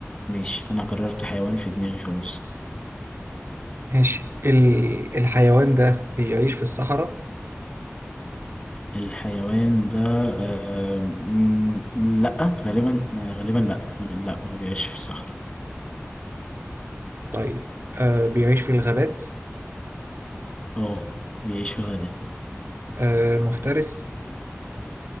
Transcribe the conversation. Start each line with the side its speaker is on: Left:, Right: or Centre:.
Left: ماشي انا قررت حيوان في دماغي خلاص
Right: ماشي ال... الحيوان ده بيعيش في الصحراء
Left: الحيوان ده آه مم، لا غالبا غالبا لا لا ما بيعيش في الصحراء
Right: طيب آه بيعيش في الغابات
Left: اه بيعيش في الغابات
Right: آه مفترس